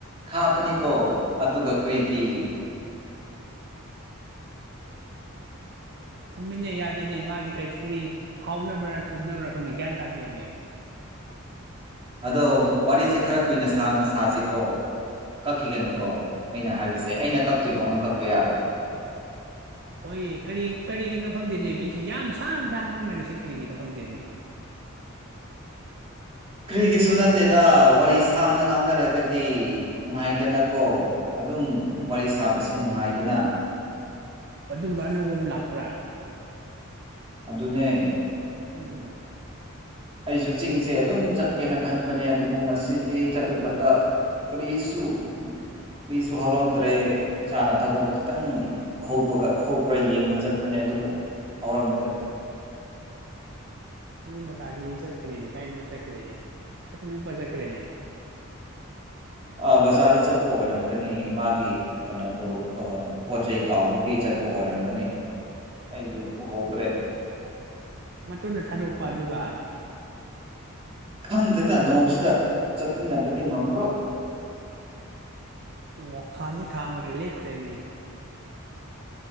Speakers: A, on the right; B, on the right.
A: ꯈꯥꯄꯅꯤꯀꯣ ꯑꯗꯨꯒ ꯀ꯭ꯔꯤꯒꯤ
B: ꯊꯨꯝꯃꯦꯅꯦ ꯌꯥꯗꯦꯅꯦ ꯃꯥꯗꯤ ꯀꯩ ꯀꯔꯤ ꯍꯥꯎꯅꯕ꯭ꯔꯥ ꯊꯨꯝꯅꯕ꯭ꯔꯥ ꯈꯪꯗꯦ ꯒ꯭ꯌꯥꯟ ꯇꯥꯗꯦꯃꯦ
A: ꯑꯗꯣ ꯋꯥꯔꯤꯁꯦ ꯈꯔ ꯀꯨꯏꯅ ꯁꯥꯡꯅ ꯁꯥꯁꯤꯀꯣ ꯀꯛꯈꯤꯒꯅꯨꯀꯣ ꯑꯩꯅ ꯍꯥꯏꯔꯤꯁꯦ ꯑꯩꯅ ꯀꯛꯇ꯭ꯔꯤꯕꯧ ꯅꯪ ꯀꯛꯄ ꯌꯥꯔꯣꯏ
B: ꯍꯣꯏꯌꯦ ꯀꯔꯤ ꯀꯔꯤꯒꯤꯅꯣ ꯈꯪꯗꯦꯅꯦ ꯃꯤ ꯁꯤ ꯌꯥꯝ ꯁꯥꯡ ꯁꯥꯡ ꯉꯥꯡꯅꯔꯤꯁꯤ ꯀ꯭ꯔꯤꯒꯤꯅꯣ ꯈꯪꯗꯦꯅꯦ
A: ꯀ꯭ꯔꯤꯒꯤꯁꯨ ꯅꯠꯇꯦꯗ ꯋꯥꯔꯤ ꯁꯥꯡꯅ ꯉꯥꯡꯅꯔꯒꯗꯤ ꯅꯨꯡꯉꯥꯏꯗꯅꯀꯣ ꯑꯗꯨꯝ
B: ꯎꯝ
A: ꯋꯥꯔꯤ ꯁꯥꯕꯁꯦ ꯅꯨꯡꯉꯥꯏꯗꯅꯥ
B: ꯑꯗꯨꯝꯕ ꯑꯅꯧꯕ ꯑꯝ ꯂꯥꯛꯄ꯭ꯔꯥ
A: ꯑꯗꯨꯅꯦ
B: ꯎꯝ
A: ꯑꯩꯁꯨ ꯆꯤꯡꯁꯦ ꯑꯗꯨꯝ ꯆꯠꯀꯦꯅ ꯈꯟꯕꯅꯦ ꯑꯗꯨꯕꯨ ꯉꯁꯤꯗꯤ ꯆꯠꯂꯨꯕꯗ ꯀꯔꯤꯁꯨ ꯎ ꯀ꯭ꯔꯤꯁꯨ ꯍꯧꯔꯝꯗ꯭ꯔꯦ ꯆꯥꯅ ꯊꯛꯅꯕ ꯈꯤꯇꯪ ꯍꯧꯕꯒ ꯍꯧꯕ꯭ꯔꯥ ꯌꯦꯡꯕ ꯆꯠꯄꯅꯦ ꯑꯗꯨꯕꯨ ꯍꯧꯔꯝꯗ꯭ꯔꯦ
B: ꯅꯣꯏ ꯃꯇꯥꯗꯤ ꯆꯠꯈ꯭ꯔꯦꯅꯦ ꯀꯥꯏꯗꯅꯣ ꯆꯠꯈ꯭ꯔꯦꯅꯦ ꯁꯥꯇꯤꯟ ꯎꯞꯄ ꯆꯠꯈ꯭ꯔꯦꯅꯦ
A: ꯑꯥ ꯕꯖꯥꯔꯗ ꯆꯠꯄ ꯑꯣꯏꯔꯝꯒꯅꯤ ꯃꯥꯒꯤ ꯀꯩꯅꯣꯗꯨ ꯑꯥ ꯄꯣꯠꯆꯩ ꯀꯥꯎꯕꯒꯤ ꯆꯠ ꯄ ꯑꯣꯏꯔꯝꯒꯅꯤ ꯑꯩꯁꯨ ꯎꯍꯧꯗ꯭ꯔꯦ
B: ꯃꯇꯨꯟꯗ ꯊꯥꯗꯣꯛꯄ ꯑꯗꯨꯒ
A: ꯈꯪꯗꯦꯗ ꯅꯣꯡꯁꯤꯗ ꯆꯠꯃꯤꯟꯅꯕꯗꯤ ꯉꯝꯃꯔꯣꯏ
B: ꯑꯣ ꯈꯥꯟꯗꯤ ꯈꯥꯝꯒ꯭ꯔꯦ ꯂꯦꯞꯈ꯭ꯔꯦꯃꯦ